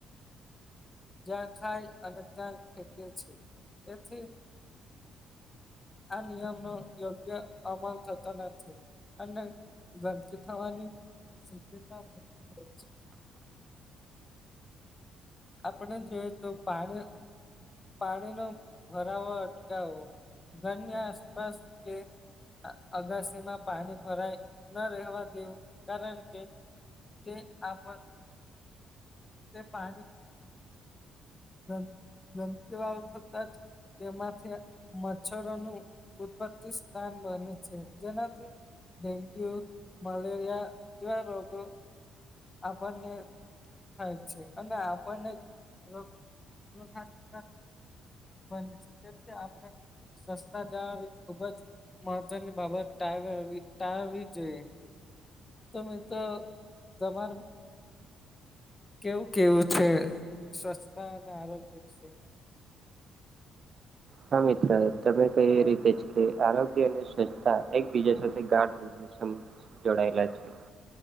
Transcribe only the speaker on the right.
હા મિત્ર, તમે કહી એ રીતે જ કે આરોગ્ય અને સ્વચ્છતા એકબીજા સાથે ગાઢ <unintelligible> સમ જોડાયેલા છે.